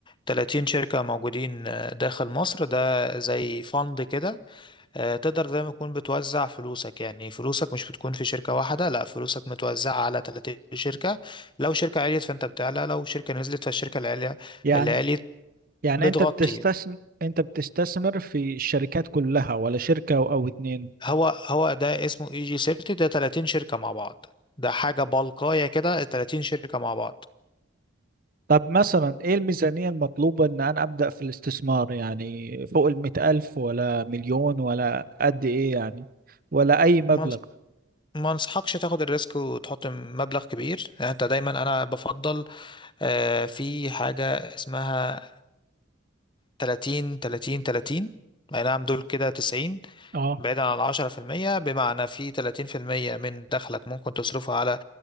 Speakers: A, on the left (about 25°); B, on the right (about 45°).
A: 30 شركة موجودين داخل مصر ده زي فند كده آه، تقدر زي ما تكون بتوزع فلوسك يعني فلوسك مش بتكون في شركة واحدة لا فلوسك متوزعة على 30 شركة لو شركة عليت فانت بتعلى لو شركة نزلت فالشركة اللي عليت
B: يعني
A: اللي عليت
B: يعني
A: بتغطي
B: انت بتستثمر انت بتستثمر في الشركات كلها ولا شركه او أو اتنين
A: هو هو ده اسمه اي جي سيفتي ده 30 شركة مع بعض ده حاجة بلقاية كده 30 شركة مع بعض
B: طب مثلا ايه الميزانيه المطلوبه ان انا ابدا في الاستثمار يعني فوق المئة الف ولا مليون ولا قد ايه يعني ولا اي مبلغ
A: ما انص- ما انصحكش تاخد الريسك وتحط مبلغ كبير يعني انت دايما انا بفضل آه، في حاجة اسمها 30 30 30 اي نعم دول كده 90
B: اه
A: بعيدا عن العشرة في المية بمعنى في 30% من دخلك ممكن تصرفه على